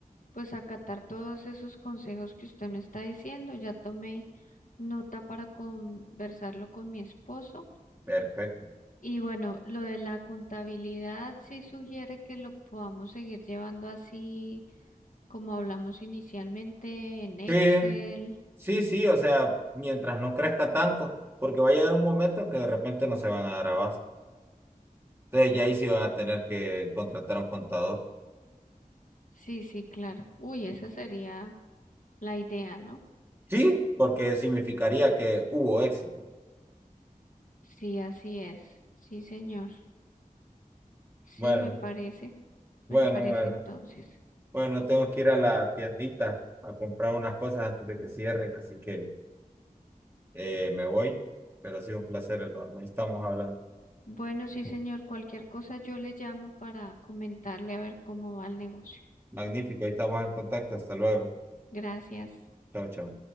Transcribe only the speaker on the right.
Perfecto.
Sí, sí, sí, o sea, mientras no crezca tanto, porque va a llegar un momento en que de repente no se van a dar abasto. Entonces ya ahí sí van a tener que contratar a un contador.
Sí, porque significaría que hubo éxito.
Bueno,
bueno,
bueno.
Bueno, tengo que ir a la tiendita a comprar unas cosas antes de que cierren, así que eh, me voy, pero ha sido un placer enorme. Ahí estamos hablando.
Magnífico, ahí estamos en contacto. Hasta luego.
Chao, chao.